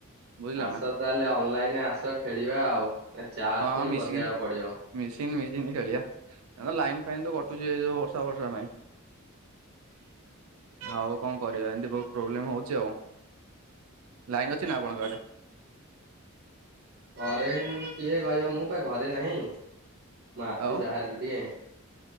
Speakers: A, on the right; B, on the right.
A: ବୁଝିଲେ
B: ଆସ
A: ନା
B: ତାହେଲେ ଅନଲାଇନ ଆସ ଖେଳିବା ଆଉ ଏ ଚାର୍ଜ
A: ହଁ
B: ପୁଣି
A: ମିଶିକି
B: ବସେଇଆକୁ ପଡିବ।
A: ମିଶିକିନି ମିଶିକିନି ଖେଳିଆ ଲାଇନ୍ ଫାଇନ୍ ତ କଟୁଚି ଏଇ ଯୋଉ ବର୍ଷା ଫର୍ଷା ପାଇଁ। ଆଉ କଣ କରିବା ଏମତି ବହୁତ ପ୍ରୋବ୍ଲେମ୍ ହଉଚି ଆଉ ଲାଇନ୍ ଅଛି ନା ଆପଣଙ୍କ ଆଡେ?
B: କରେଣ୍ଟ କିଏ କହିବ ମୁଁ ପା ଘରେ ନାହିଁ ମୁଁ ଆସଚି
A: ଆଉ
B: ବାହାରୁକୁ ଟିକେ।